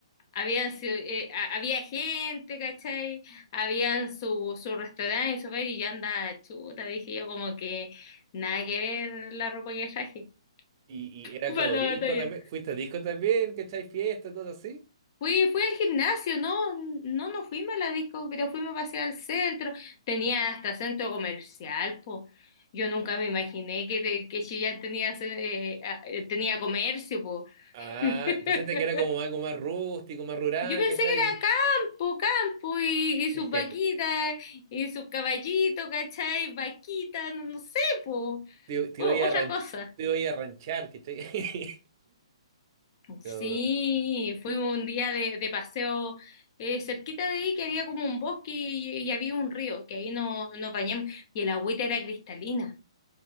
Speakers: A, on the left (about 45°); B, on the right (about 45°).
A: había, ci- eh, a- había gente, ¿cachai? Habían su, su restaurante y su feria y yo andaba chuta, dije yo como que nada que ver la ropa que traje
B: Y,
A: <laughs>
B: y era
A: para
B: como
A: la
B: disco
A: batalla.
B: también. ¿Fuiste a disco también? ¿Cachai? Fiesta, todo así.
A: Fui, fui al gimnasio, no, no, no fuimos a la disco, pero fuimos a pasear al centro. Tenía hasta centro comercial, po. Yo nunca me imaginé que, que Chillán tenía, ce- eh, a- eh, tenía comercio, po.
B: Ah,
A: <laughs>
B: pensaste que era como algo más rústico, más rural,
A: Yo pensé
B: ¿cachai?
A: que era campo, campo y,
B: <laughs>
A: y sus vaquitas y sus caballitos, ¿cachai? Vaquitas, no, no sé, po.
B: Te, te
A: O-
B: iba a ir a
A: otra
B: ran-
A: cosa.
B: te iba a ir a ranchar, ¿cachai? <laughs>
A: Sí,
B: Pero,
A: fuimos un día de, de paseo eh, cerquita de ahí que había como un bosque y, y había un río, que ahí nos, nos bañamos y el agüita era cristalina,